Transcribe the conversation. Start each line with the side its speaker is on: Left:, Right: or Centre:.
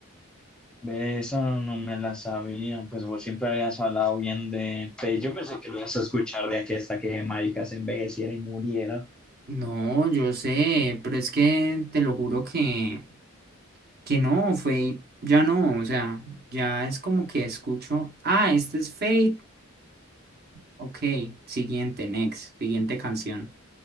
Centre: de esa no me la sabía, pues vos siempre habías hablado bien de Faith, yo pensé que lo ibas a escuchar de aquí hasta que marica se envejeciera y muriera.
Right: No, yo sé, pero es que te lo juro que. que no, Fate ya no, o sea, ya es como que escucho, ah, este es Fate, ok, siguiente, next, siguiente canción.